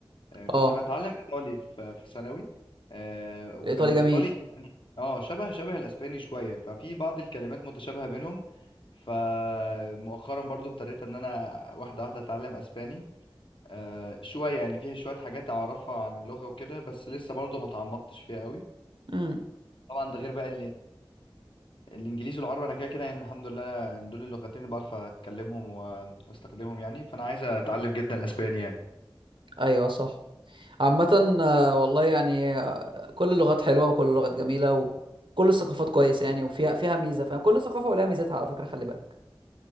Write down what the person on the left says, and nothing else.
آه، كنت
بتعلم ايطالي في في ثانوي آه، وكان
الايطالي يعني اه شبه شبه الاسباني شويه ففي بعض الكلمات متشابهه بينهم فمؤخرا برضو ابتديت ان انا واحده واحده اتعلم اسباني آه، شويه يعني فيه شويه حاجات اعرفها عن اللغه وكده بس لسه برضو ما تعمقتش فيها قوي
طبعا ده غير بقى الانجليزي والعربي انا كده كده يعني الحمد لله دول اللغتين اللي بعرف اتكلمهم و- واستخدمهم يعني فانا عايز اتعلم جدا اسباني يعني